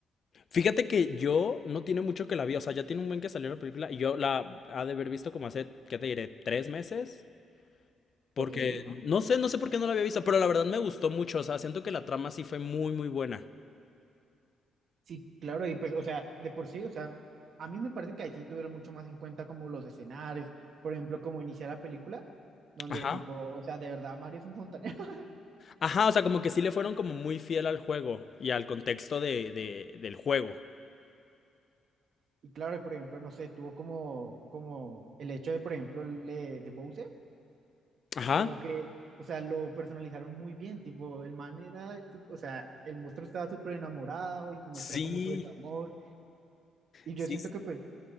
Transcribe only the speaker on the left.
Fíjate que yo no tiene mucho que la vi, o sea, ya tiene un buen que salió la película y yo la ha de haber visto como hace, ¿qué te diré? ¿Tres meses? Porque
no sé, no sé por qué no la había visto, pero la verdad me gustó mucho. O sea, siento que la trama sí fue muy, muy buena.
Ajá.
Ajá, o sea, como que sí le fueron como muy fiel al juego y al contexto de, de- del juego.
Ajá.
Sí,
sí,